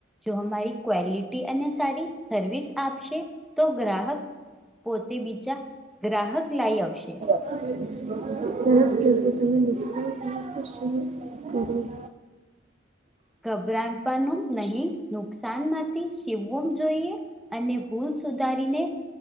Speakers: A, in the centre; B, on the right.
A: જો, અમારી ક્વોલિટી, અને સારી સર્વિસ આપશે. તો ગ્રાહક પોતે, બીજા ગ્રાહક લઈ આવશે.
B: <inaudible> <inaudible> સરસ કશે તમેને નુકસાન શરૂ કરો-
A: ગભરાપનું નહી, નુકસાન માંથી શીખવો જોઈએ અને ભૂલ- -સુધારીને,